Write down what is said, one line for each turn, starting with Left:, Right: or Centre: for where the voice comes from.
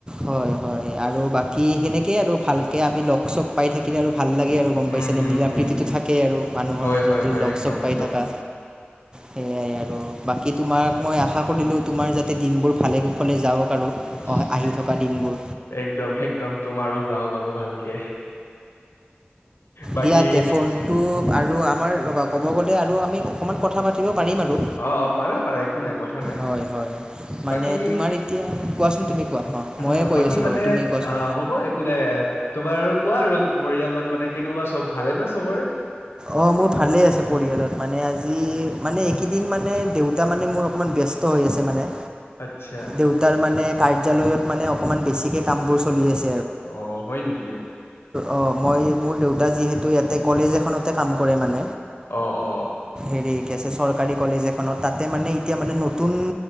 Right: হয় হয় আৰু বাকী সেনেকে আৰু ভালকে আমি লগ চগ পাই থাকিলে আৰু। ভাল লাগে আৰু গম
Left: উম
Right: পাইছে
Left: হম
Right: নে মিলা
Left: হম
Right: -প্ৰীতিটো
Left: হম
Right: থাকেই আৰু মানুহৰ
Left: হয়
Right: মাজত
Left: হয়
Right: যদি
Left: হয়
Right: লগ
Left: একদম
Right: চগ পাই
Left: একদম
Right: থাকা। সেইয়াই আৰু বাকী তোমাক মই আশা কৰিলো তোমাৰ যাতে দিনবোৰ ভালে কুশলে যাওক। আৰু
Left: <unintelligible>
Right: অহ আহি থকা দিনবোৰ
Left: একদম -একদম তোমাৰো যাওক আৰু ভালকে। বাকী
Right: দিয়াতে ফোনটো আৰু আমাৰ ৰবা ক'ব গ'লে। আমি অকণমান কথা পাতিব পাৰিম আৰু
Left: অ অ পাৰা পাৰা একো নাই কথা নাই
Right: হয় হয় মানে
Left: বাকী
Right: তোমাৰ এতিয়া কোৱাচোন। তেনেকুৱা অ।
Left: অ
Right: ময়ে কৈ
Left: বাকী
Right: আছোঁ
Left: মানে
Right: ৰ'বা তুমি কোৱাচোন
Left: অ হ'ব একো নাই তোমাৰ আৰু কোৱা আৰু পৰিয়ালত মানে। ভৱা সব ভালে ন সবৰে।
Right: অ মোৰ ভালে আছে পৰিয়ালত মানে আজি মানে এইকেইদিন মানে। দেউতা মানে মোৰ অকণমান ব্যস্ত হৈ আছে মানে।
Left: আচ্ছা।
Right: দেউতাৰ মানে কাৰ্যালয়ত মানে অকণমান বেছিকৈ কামবোৰ চলি আছে।
Left: অ হয় নেকি?
Right: অ মই মোৰ দেউতা যিহেতু ইয়াতে কলেজ এখনতে কাম কৰে মানে
Left: আহ অ
Right: হেৰি কি আ চৰকাৰী কলেজ এখনত তাতে মানে এতিয়া মানে নতুন